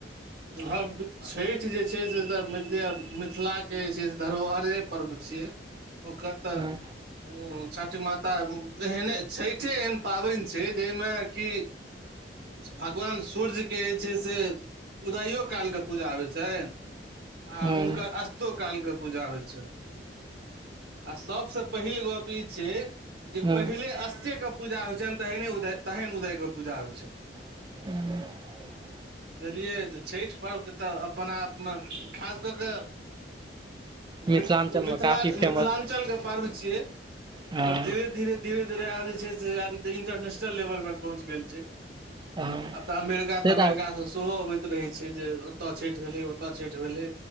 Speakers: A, on the right; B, on the right.
A: हँ छठि जे छै से तऽ मानि लिअ मिथिलाके जे छै से धरोहरे पर्व छियै ओकर तऽ
B: हँ
A: हूँ छठि माता एहने छैठे एहन पाबनि छै जाहिमे कि भगवान सूर्ज जे छै से उदयो काल के पूजा होइ छैन आ
B: हँ
A: हुनकर अस्त काल के पूजा होइ छन आ सबसे पहिल गप ई छै जे
B: हँ
A: पहिले अस्सी पूजा होइ छनि तहने उदय तहन उदयके पूजा होइ छनि
B: <inaudible>
A: बुझलियै तऽ छठि पर्वके तऽ अपना आपमे खास कऽ कऽ
B: मिथिलाञ्चलमे
A: मि मिथिला
B: काफी फेमस
A: मिथिलाञ्चलके पर्व छियै आओर
B: हँ
A: धीर धीरे धीरे धीरे आब जे छै सँ आब इंटरनेशनल लेवल पर पहुँच गेल छै
B: हँ
A: आब तऽ अमेरिका
B: से
A: तमेरिका
B: तऽ
A: सेहो अबैत रहै छै जे ओतय छठि भेलै ओतय छठि भेलै